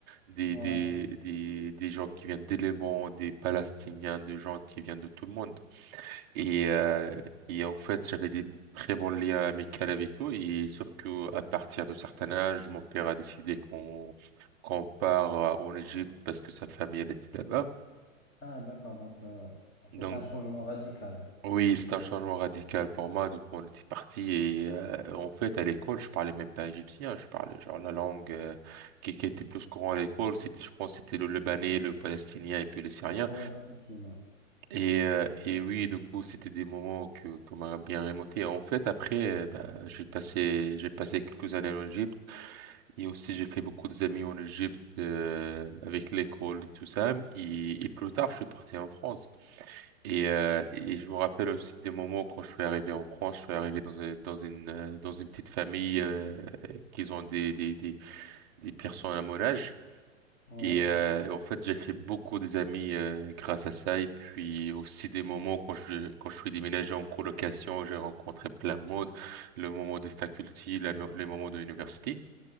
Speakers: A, on the right (about 15°); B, on the left (about 20°).
A: des,
B: ouais.
A: des, des, des gens qui viennent des Liban, des Palestiniens, des gens qui viennent de tout le monde. Et, euh, et en fait, j'avais des très bons liens amicaux avec eux. Et sauf que à partir de certain âge, mon père a décidé qu'on qu'on part euh, en Égypte parce que sa famille elle était là-bas.
B: Ah, d'accord, donc euh, c'est
A: Donc
B: un changement radical.
A: oui, c'est un changement radical pour moi. Donc on était parti et euh, en fait à l'école, je parlais même pas égyptien. Je parlais genre la langue euh, qui, qui était plus courant à l'école, c'était je pense c'était le Libanais, le Palestinien et puis le Syrien.
B: Ouais, effectivement.
A: Et, euh, et oui, du coup, c'était des moments que qu'on m'a bien remonté. En fait, après, euh, bah, j'ai passé j'ai passé quelques années en Égypte et aussi j'ai fait beaucoup d'amis en Égypte euh, avec l'école et tout ça. Et, et plus tard, je suis parti en France. Et, euh, et je me rappelle aussi des moments quand je suis arrivé en France. Je suis arrivé dans une dans une euh, dans une petite famille euh, qui ont des des des des personnes à mon âge.
B: Ouais,
A: Et euh, en fait, j'ai fait beaucoup des amis euh, grâce à ça. Et puis aussi des moments quand je quand je suis déménagé en colocation, j'ai rencontré plein de monde. Le moment des facultés, la mo- les moments de l'université.